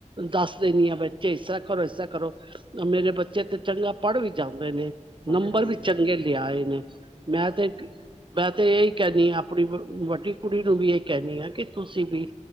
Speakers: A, on the right; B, on the left.
A: ਦੱਸ ਦੇ ਨੀ ਆ, ਬੱਚੇ ਇਸਰ੍ਹਾਂ ਕਰੋ, ਇਸਰਾਂ ਕਰੋ। ਮੇਰੇ ਬੱਚੇ ਤੇ ਚੰਗਾ ਪੜ੍ਹ ਵੀ ਜਾਂਦੇ ਨੇ।
B: ਹਾਂਜੀ
A: ਨੰਬਰ
B: ਠੀਕ
A: ਵੀ
B: ਹੈ
A: ਚੰਗੇ ਲਿਆਏ ਨੇ। ਮੈਂ ਤੇ ਇਕ ਮੈਂ ਤੇ ਏਈ ਕੈਣੀ ਆਂ, ਆਪਣੀ ਵੱਡੀ ਕੁੜੀ ਨੂੰ ਵੀ ਏ ਕੈਣੀ ਆਂ ਕੀ ਤੁਸੀਂ ਵੀ